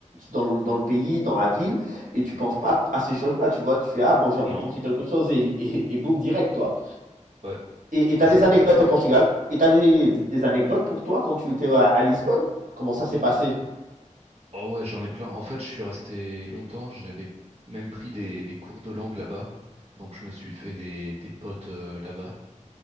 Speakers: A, on the right; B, on the right.
A: dans, le- dans le pays, dans la ville, et tu penses pas à ces choses-là, tu vois. Tu fais, ah bon, j'ai envie
B: non.
A: de manger quelque chose, et, et, et boum, direct, toi.
B: ouais.
A: Et et t'as
B: Et c'est
A: des
B: comme
A: anecdotes
B: ça que ça
A: au Portugal?
B: marche.
A: Et t'as des, des anecdotes pour toi quand tu étais à, à Lisbonne? Comment ça s'est passé?
B: Oh ouais, j'en ai plein. En fait, je suis resté longtemps. J'avais même pris des, des cours de langue là-bas. Donc, je me suis fait des, des potes euh, là-bas.